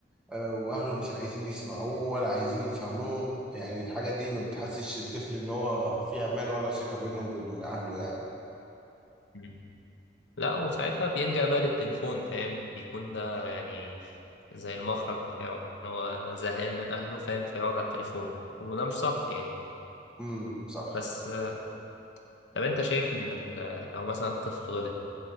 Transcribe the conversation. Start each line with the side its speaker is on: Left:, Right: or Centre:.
Centre: آه، واهله مش عايزين يسمعوه ولا عايزين يفهموه يعني الحاجه دي ما بتحسش الطفل ان هو في امان ولا ثقه بينه وبين اهله يعني
Left: مم. لا وساعتها بيلجأ بقى للتليفون فاهم بيكون ده يعني زي المخرج بتاعه إن هو زهقان من اهله فاهم فيقعد على التليفون وده مش صح يعني
Centre: امم صح
Left: بس آه، طب انت شايف ان ال- لو مثلا الطفل غلط